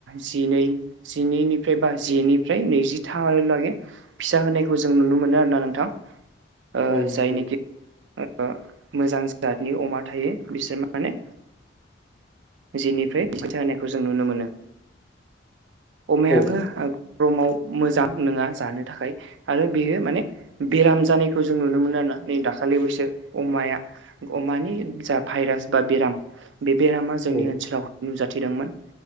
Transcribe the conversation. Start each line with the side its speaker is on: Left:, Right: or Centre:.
Right: जिनै जिनैनिफ्राय बा जिनिफ्राय नैजिथा लागै फिसा होनायखौ जों नुनो मोनो आरो ना नोंथां।
Centre: <inaudible>
Right: ओ
Centre: नंगौ।
Right: जायनिखि ओ मोजां जातनि अमा थायो बिसोर माने जिनिफ्राय <unintelligible> होनायखौ जों नुनो मोनो अमायाबो
Centre: औ
Right: ओ गरमाव मोजां नङा जानो थाखाय आरो बेयो माने बेराम जानायखौ जों नुनो मोनो ना नै दाखालि बैसो अमाया आमानि जा भाइरास बा बेराम बे बेरामा जोंनि
Centre: औ
Right: ओनसोलाव नुजाथिदोंमोन